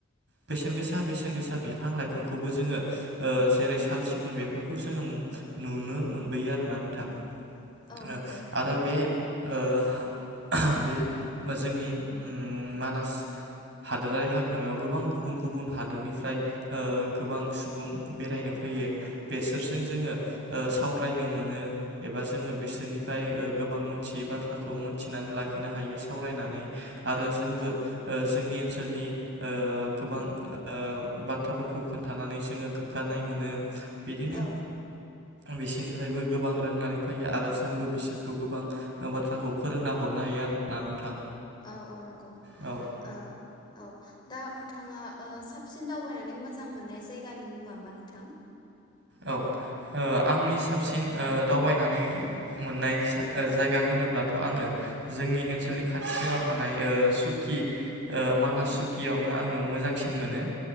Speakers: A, on the right; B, on the left.
A: बेसेन गोसा बेसेन गोसा बिफां लाइफांखौबो जोङो जेरै साल सिगुन बेफोरखौ जोङो नुनो मोनबोयो आरोना नोंथां।
B: औ
A: ओ
B: नंगौ
A: आरो बे ओ बे जोंनि उ मानास हादोरारि हाग्रामायाव गोबां गुबुन गुबुन हादोरनिफ्राय ओ गोबां सुबुं बेरायनो फैयो
B: औ
A: बेसोरजों जोङो ओ सावरायनो मोनो एबा जोङो बिसोरनिफ्राय ओ गोबां मोनथियै बाथ्राखौ मोनथिनानै लाखिनो हायो सावरायनानै आरो जोंबो
B: औ
A: ओ जोंनि ओनसोलनि ओ गोबां ओ बाथ्राफोरखौ खोन्थानानै जोङो गोग्गानाय मोनो। बिदिनो
B: औ
A: बिसोरनिफ्रायबो गोबां रोंनानै फैयो आरो जोंबो बिसोरखौ गोबां बाथ्राखौ फोरोंना हरनो हायो आरो ना नोंथां
B: औ औ नंगौ
A: औ
B: ओ औ दा नों थाङा ओ साबसिन दावबायनानै मोजां मोननाय जायगानि मुङा मा नोंथां
A: औ ओ आंनि साबसिन ओ दावबायनानै मोननाय जा-जायगा होनोब्लाथ' आङो जोंनि ओनसोलनि खाथिसिनाव ओ थानाय सुकि ओ मानास
B: औ
A: सुकियावनो आङो मोजां सिन मोनो